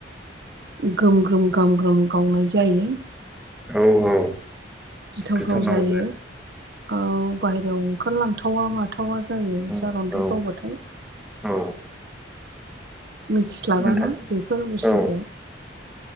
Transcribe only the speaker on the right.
ग्रोम- ग्रोम ग्राम -ग्राम गावनाय जायो।
गिथावथाव
जायो औ बाहेरायाव ओंखारलांथावा माथावा जायो
सारन्थाइ
गावबाथाय।
मिथिस्लाबाना
बेफोर बुस्थुखौ।